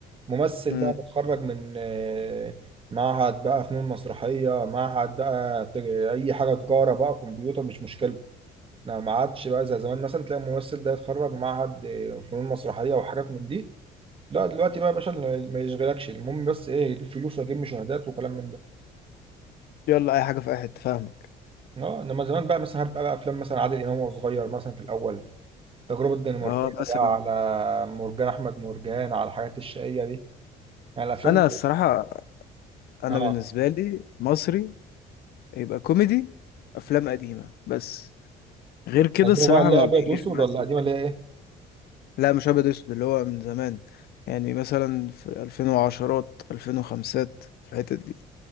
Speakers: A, on the right; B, on the left.
A: ممثل
B: امم
A: بقى متخرج من آه، معهد بقى فنون مسرحية معهد بقى ت- اي حاجة تجارة بقى كمبيوتر مش مشكلة لا ما عادش بقى زي زمان مثلا تلاقي الممثل ده يتخرج معهد آه، فنون مسرحية وحاجات من دي لا دلوقتي بقى يا باشا اللي ما يشغلكش المهم بس ايه الفلوس واجيب مشاهدات وكلام من ده
B: يلا أي حاجة في أي حتة فاهمك
A: اه انما زمان بقى مثلا هتبقى بقى افلام مثلا عادل امام وهو صغير مثلا في الاول التجربة الدنماركية
B: اه مثلا
A: بقى على مرجان أحمد مرجان على الحاجات الشقية دي يعني الأفلام
B: أنا
A: دي
B: الصراحة أنا
A: اه
B: بالنسبة لي مصري يبقى كوميدي افلام قديمه بس غير كده
A: القديمة
B: الصراحه
A: بقى اللي
B: ما
A: هي أبيض
B: بيجيش
A: وأسود
B: مزج
A: ولا القديمة اللي هي إيه؟
B: لا مش ابيض اسود اللي هو من زمان يعني مثلا في 2010 2005 في الحتت دي